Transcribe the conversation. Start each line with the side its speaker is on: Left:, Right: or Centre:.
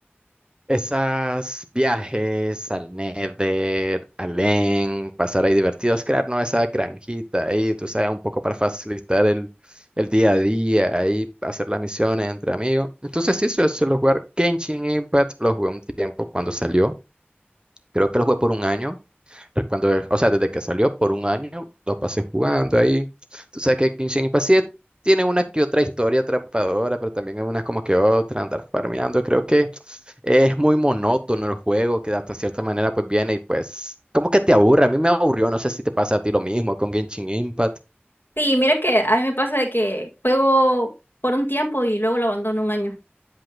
Right: Esas viajes al Nether, al Len, pasar ahí divertidos, crear, ¿no? Esa granjita ahí, tú sabes, un poco para facilitar el, el día a día, ahí hacer las misiones entre amigos. Entonces sí, suelo, suelo jugar Genshin Impact, lo jugué un tiempo cuando salió, creo que lo jugué por un año, re- cuando, o sea, desde que salió por un año, lo pasé jugando ahí. Tú sabes que Genshin Impact sí tiene una que otra historia atrapadora, pero también hay unas como que otra, andar farmeando, creo que... Es muy monótono el juego, que hasta cierta manera pues viene y pues como que te aburre. A mí me aburrió, no sé si te pasa a ti lo mismo con Genshin Impact. <laughs>
Left: Sí, mira que a mí me pasa de que juego por un tiempo y luego lo abandono un año,